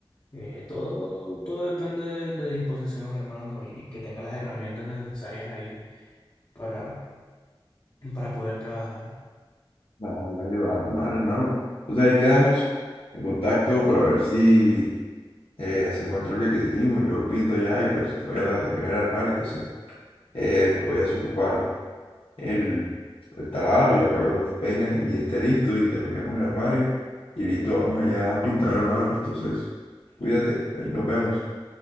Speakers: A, on the left; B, on the left.
A: Eh, todo, todo depende de, de disposición, hermano, y que tenga las herramientas necesarias ahí para, para poder trabajar.
B: Vale, dale, vale, vale, hermano. Entonces ahí quedamos en contacto para ver si eh, hacemos el troque que dijimos. Yo pinto allá y pues tú me ayudas a terminar el armario. Entonces eh, voy a desocupar el, el taladro ya para cuando vengas y esté listo y terminemos el armario. Y listo, vamos allá a pintar, hermano. Entonces, cuídate, ahí nos vemos.